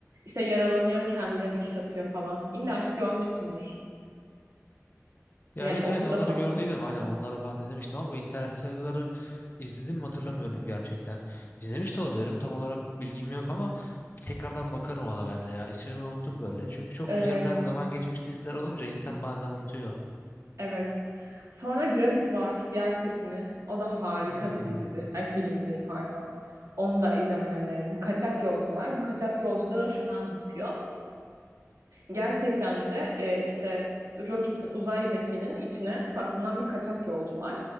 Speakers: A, on the right; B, on the left.
A: İşte yaralanıyor, kendine dikiş atıyor falan. İlla ki görmüşsündür.
B: Ya
A: Yani
B: evet
A: okulda
B: evet onları
A: falan.
B: gördüydüm aynen onları falan izlemiştim ama bu Interstellar'ı izledim mi hatırlamıyorum gerçekten. İzlemiş de olabilirim tam olarak bilgim yok ama bir tekrardan bakarım ona ben de ya. İsmini unuttum
A: So-
B: böyle. Çünkü çok
A: Ee,
B: üzerinden zaman geçmiş diziler olunca insan bazen unutuyor.
A: evet. Sonra Gravity var. Yer çekimi. O da harika
B: Hmm.
A: bir dizidir. Ay filmdir pardon. Onu da izlemeni öneririm. Kaçak Yolcu var. Bu Kaçak Yolcu'da da şunu anlatıyor. Gerçekten de e, işte roketin, uzay mekiğinin içine saklanan bir kaçak yolcu var.